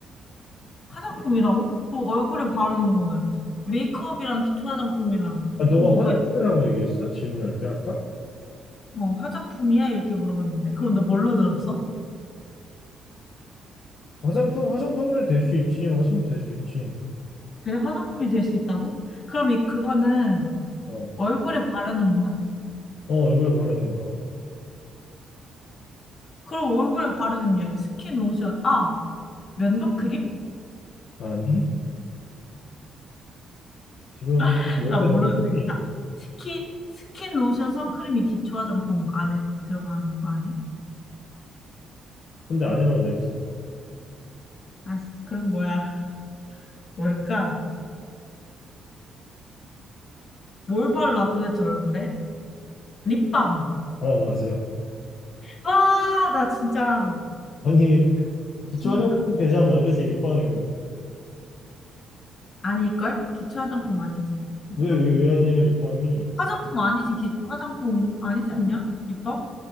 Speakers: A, on the left; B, on the left.
A: 화장품이라고? 그 얼굴에 바르는 거는 메이크업이랑 기초 화장품이랑
B: 아, 너가
A: 또 뭐가
B: 화장품이라고
A: 있...
B: 얘기했어? 질문할 때 아까?
A: 어, 화장품이야? 이렇게 물어봤는데. 그런데 뭘로 들었어?
B: 화장품, 화장품을 될 수 있지. 화장품 될 수 있지.
A: 그래, 화장품이 될 수 있다고? 그럼 이 그거는
B: 어,
A: 얼굴에 바르는 거야?
B: 어, 이걸 바르는 거야.
A: 그럼 얼굴에 바르는 게 스킨 로션. 아, 면도 크림?
B: 아니? 지금 한
A: <laughs>
B: 10개
A: 나 모르는데.
B: 넘었지?
A: 자, 스킨 스킨 로션 선크림이 기초 화장품 안에 들어가는 거 아니야?
B: 근데 아니라고 돼 있잖아.
A: 아, 그럼 뭐야? 뭘까? 뭘 발라 도대체 얼굴에? 립밤.
B: 어, 맞아.
A: 와, 나 진짜
B: 아니, 기초
A: 신난다.
B: 화장품 되잖아. 그지? 립밤이면.
A: 아닐걸? 기초 화장품 아니지, 립밤은.
B: 왜, 왜, 왜 아니야, 립밤이?
A: 화장품 아니지, 기, 화장품 아니지 않냐? 립밤?